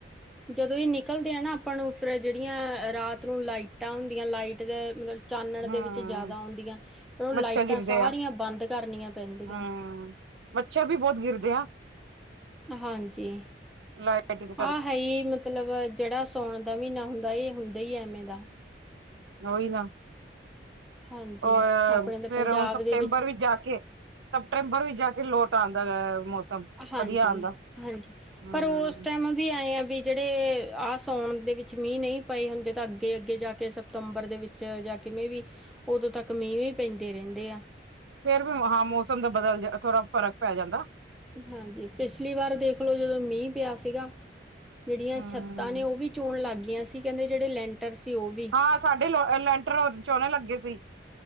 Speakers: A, in the centre; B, on the right.
A: ਜਦੋਂ ਇਹ ਨਿਕਲਦੇ ਆ ਨਾ ਆਪਾਂ ਫਿਰ ਜਿਹੜੀਆਂ ਰਾਤ ਨੂੰ ਲਾਈਟਾਂ ਹੁੰਦੀਆਂ, ਲਾਈਟ ਦੇ ਮਤ ਚਾਨਣ
B: ਹੂੰ।
A: ਦੇ ਵਿੱਚ ਜਿਆਦਾ ਆਉਂਦੀਆਂ, ਉਹ ਲਾਈਟਾਂ
B: ਮੱਛਰ ਗਿਰਦੇ
A: ਸਾਰੀਆਂ
B: ਆ।
A: ਬੰਦ ਕਰਨੀਆਂ ਪੈਂਦੀਆਂ।
B: ਹੂੰ। ਮੱਛਰ ਵੀ ਬਹੁਤ ਗਿਰਦੇ ਆ।
A: ਹਾਂਜੀ।
B: ਮੈਥ ਦਾ ਟੇਬਲ <unintelligible>
A: ਆਹ ਹੈ ਹੀ ਮਤਲਬ ਜਿਹੜਾ ਸਾਉਣ ਦਾ ਮਹੀਨਾ ਹੁੰਦਾ ਇਹ ਹੁੰਦਾ ਹੀ ਹੈ ਐਵੇਂ ਦਾ।
B: ਔਹੀ ਨਾ।
A: ਹਾਂਜੀ
B: ਉਹ
A: ਆਪਣੇ ਤਾਂ
B: ਫਿਰ
A: ਪੰਜਾਬ
B: ਹੁਣ ਸਪਟੈਂਬਰ
A: ਦੇ
B: ਵਿੱਚ ਜਾ ਕੇ ਸਪਟੰਬਰ ਵਿੱਚ ਜਾ ਲੋਟ ਆਂਦਾ ਗਾ ਮੌਸਮ।
A: ਹਾਂਜੀ
B: ਵਧੀਆ ਆਂਦਾ।
A: ਹਾਂਜੀ
B: ਹੂੰ।
A: ਪਰ ਉਸ ਟਾਈਮ ਵੀ ਆਏ ਆ ਵੀ ਜਿਹੜੇ ਆਹ ਸਾਉਣ ਦੇ ਵਿੱਚ ਮੀਂਹ ਨਹੀਂ ਪਏ ਹੁੰਦੇ, ਤਾਂ ਅੱਗੇ ਅੱਗੇ ਜਾ ਕੇ ਸਤੰਬਰ ਦੇ ਵਿੱਚ ਜਾਂ ਕਿਵੇਂ ਵੀ ਉਦੋਂ ਤੱਕ ਮੀਂਹ ਹੀ ਪੈਂਦੇ ਰਹਿੰਦੇ ਆ।
B: ਫੇਰ ਵੀ ਹਾਂ ਮੌਸਮ ਦਾ ਬਦਲ ਜਾ ਥੋੜਾ ਫ਼ਰਕ ਪੈ ਜਾਂਦਾ।
A: ਹਾਂਜੀ, ਪਿੱਛਲੀ ਵਾਰ ਦੇਖਲੋ ਜਦੋਂ ਮੀਂਹ ਪਿਆ ਸੀਗਾ ਜਿਹੜੀਆਂ
B: ਹੂੰ।
A: ਛੱਤਾਂ ਨੇ ਉਹ ਵੀ ਚੋਣ ਲੱਗ ਗਈਆਂ ਸੀ ਕਹਿੰਦੇ ਜਿਹੜੇ ਲੈਂਟਰ ਸੀ ਉਹ ਵੀ
B: ਹਾਂ ਸਾਡੇ ਲੋ ਲੈਂਟਰ ਚੋਣੇ ਲੱਗਗੇ ਸੀ।